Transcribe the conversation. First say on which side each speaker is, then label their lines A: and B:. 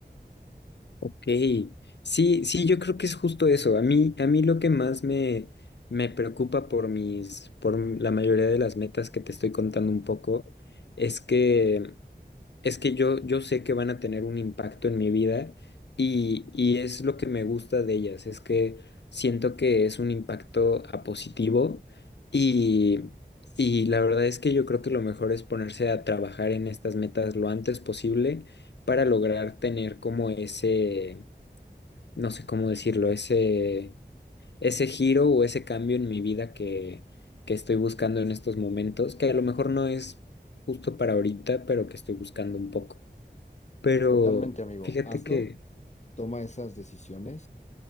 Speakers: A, on the left; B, on the left.
A: Ok, sí, sí, yo creo que es justo eso. A mí, a mí lo que más me, me preocupa por mis, por m- la mayoría de las metas que te estoy contando un poco, es que, es que yo, yo sé que van a tener un impacto en mi vida y, y es lo que me gusta de ellas, es que siento que es un impacto a positivo y, y la verdad es que yo creo que lo mejor es ponerse a trabajar en estas metas lo antes posible para lograr tener como ese no sé cómo decirlo, ese, ese giro o ese cambio en mi vida que, que estoy buscando en estos momentos, que a lo mejor no es justo para ahorita, pero que estoy buscando un poco. Pero
B: Totalmente, amigo.
A: fíjate
B: Hazlo,
A: que
B: toma esas decisiones.